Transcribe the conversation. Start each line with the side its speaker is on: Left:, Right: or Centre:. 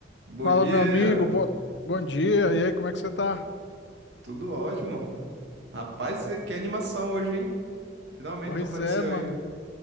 Right: Bom
Left: Fala,
Right: dia,
Left: meu amigo, bo... bom dia. E aí, como é que você tá?
Right: tudo ótimo. Rapaz, que animação hoje, hein? Finalmente
Left: Pois
Right: tu apareceu
Left: é, mano.
Right: aí.